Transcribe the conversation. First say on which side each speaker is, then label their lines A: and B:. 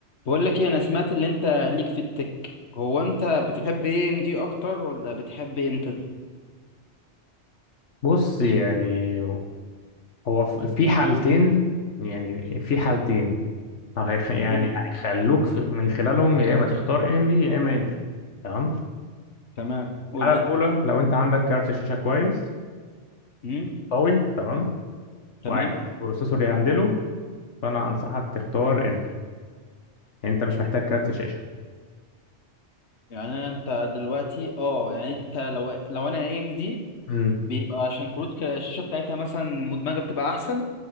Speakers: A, on the left; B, on the left.
A: بقول لك ايه انا سمعت اللي انت ليك في التك هو انت بتحب ايه ام دي اكتر ولا بتحب انتل
B: بص يعني هو في حالتين يعني في حالتين هيخ... يعني
A: قول لي
B: هيخلوك في- من خلالهم يا اما تختار ام دي يا اما انتل تمام
A: تمام قول
B: الحاله
A: لي
B: الاولى لو انت عندك كارت شاشه كويس
A: امم
B: قوي تمام
A: تمام
B: وعايز بروسيسور يهندله فانا انصحك تختار انتل انت مش محتاج كارت شاشه
A: يعني انا انت دلوقتي اه يعني انت لو لو انا ام دي
B: امم
A: بيبقى عشان كروت الشاشه بتاعتها مثلا مدمجه بتبقى احسن